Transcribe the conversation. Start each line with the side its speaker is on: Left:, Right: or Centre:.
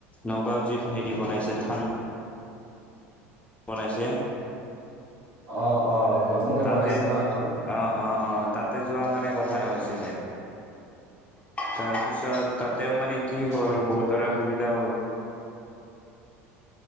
Left: নগাঁওত যিখন হেৰি বনাইছে থান বনাইছে
Right: অ অ নতুনকে
Left: তাতে
Right: বনাইছে ন এখন
Left: অ', অ', অ' তাতে যোৱা মানে কথা হৈছে। তাৰপিছত তা তেওঁ মানে কি
Right: আচ্ছা
Left: হ'ল বহুতৰে সুবিধা হ'ল। <inaudible>